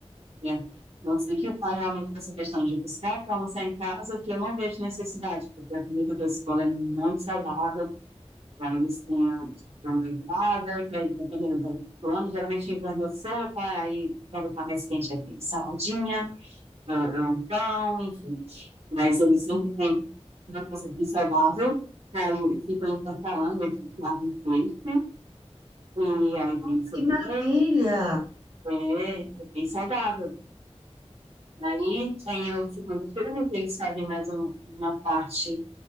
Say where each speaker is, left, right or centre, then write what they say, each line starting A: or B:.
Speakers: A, on the right (about 60°); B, on the right (about 40°).
A: é, a não ser que o pai realmente faça questão de buscar para almoçar em casa, que eu não vejo necessidade, porque a comida da escola é muito saudável, Aí eles têm a uma entrada, que aí, dependendo do, do ano, geralmente enverna sopa, aí quando tá mais quente, aí saladinha, ou, ou um pão, enfim. Mas eles sempre têm uma coisa bem saudável, aí eles ficam intercalando entre carne e peixe, e aí
B: Nossa,
A: tem sobremesa,
B: que maravilha!
A: é, é bem saudável. Aí tem o segundo turno, que eles fazem mais um- uma parte